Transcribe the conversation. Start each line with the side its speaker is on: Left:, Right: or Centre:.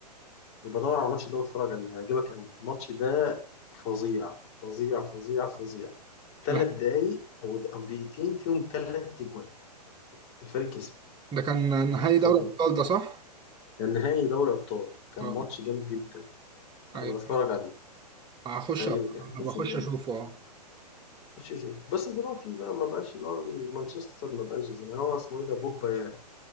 Left: يبقى دور على الماتش ده واتفرج عليه هيعجبك قوي الماتش ده فظيع فظيع فظيع فظيع ثلاث
Right: أنا-
Left: دقايق او او دقيقتين فيهم ثلاث اجوان الفريق كسب
Right: ده كان نهائي
Left: فظيع
Right: دوري الابطال ده صح؟
Left: كان نهائي دوري ابطال كان
Right: اه
Left: ماتش جامد جدا هبقى
Right: ايوه
Left: اتفرج عليه
Right: هخش
Left: هيعجبك
Right: هبقى
Left: يعني بس
Right: اخش
Left: ده
Right: اشوفه اه
Left: خش شوف بس دلوقتي بقى ما بقاش اللي هو مانشستر ما بقاش زي ما هو اسمه ايه ده بوجبا